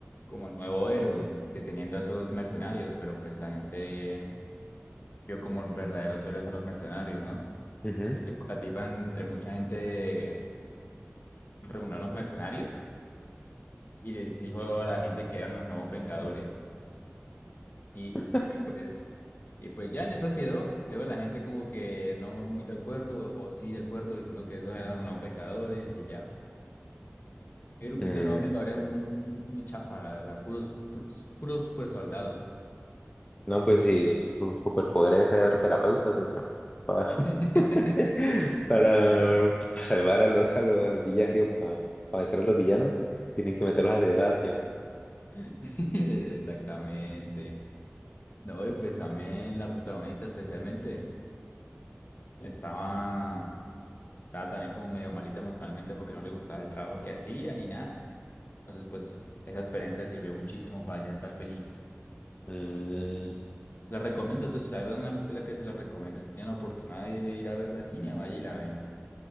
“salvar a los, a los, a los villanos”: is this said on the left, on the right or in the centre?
Left